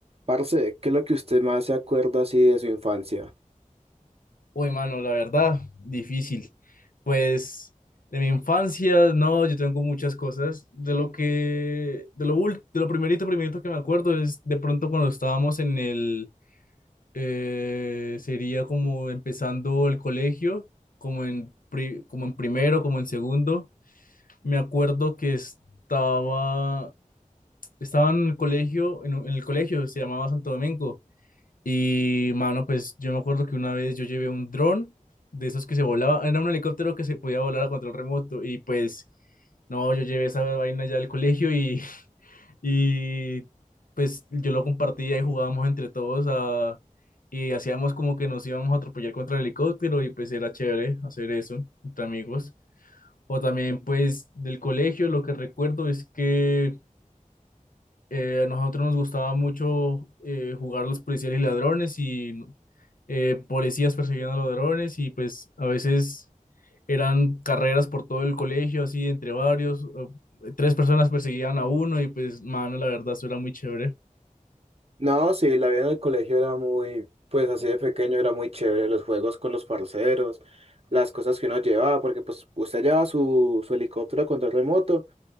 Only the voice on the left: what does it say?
Uy, mano, la verdad, difícil. Pues de mi infancia, no, yo tengo muchas cosas. De lo que, de lo ul- de lo primerito, primerito que me acuerdo es de pronto cuando estábamos en el, eh, sería como empezando el colegio, como en, pri- como en primero, como en segundo. Me acuerdo que estaba, estaba en el colegio, en, un- en el colegio, se llamaba Santo Domingo. Y, mano, pues yo me acuerdo que una vez yo llevé un dron de esos que se volaba, era un helicóptero que se podía volar a control remoto y pues, no, yo llevé esa vaina ya al colegio y, <laughs> y pues yo lo compartía y jugábamos entre todos a, y hacíamos como que nos íbamos a atropellar contra el helicóptero y pues era chévere hacer eso entre amigos. O también pues del colegio lo que recuerdo es que eh, a nosotros nos gustaba mucho eh, jugar los policías y ladrones y eh, policías perseguían a los ladrones y pues a veces eran carreras por todo el colegio, así entre varios, o- tres personas perseguían a uno y pues, mano, la verdad, eso era muy chévere. <laughs>